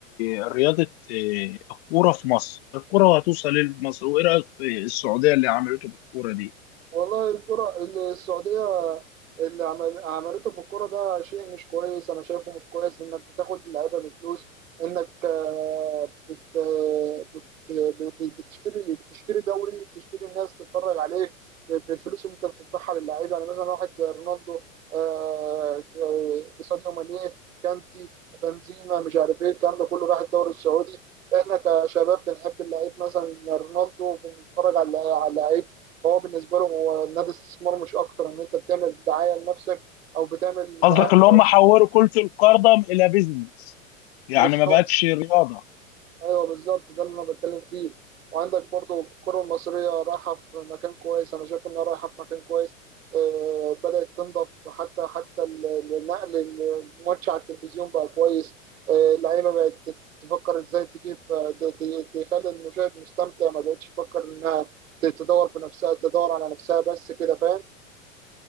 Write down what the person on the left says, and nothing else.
رياضه آه، الكوره في مصر الكوره هتوصل لمصر وايه رايك في السعوديه اللي عملته في الكوره دي
قصدك
اللي هم حولوا كرة القدم إلى بيزنس يعني
ما بقتش رياضة